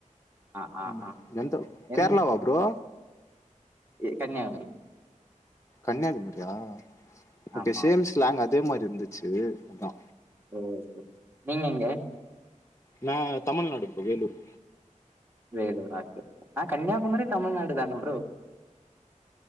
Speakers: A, on the right (about 15°); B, on the left (about 20°).
A: ஆ ஆ
B: ம்
A: ஆ
B: எந்த
A: என்
B: கேரளாவா ப்ரோ
A: ஏ கன்னியாகுமரி
B: கன்னியாகுமரியா ஓகே
A: ஆமா
B: சேம்‌ ஸ்லாங் அதே மாரி இருந்துச்சு அதா
A: ஓ செரி நீங்க எங்க
B: நா தமிழ்நாடு ப்ரோ வேலூர்
A: வேலூரா <inaudible> நா கன்னியாகுமரி தமிழ்நாடு தான ப்ரோ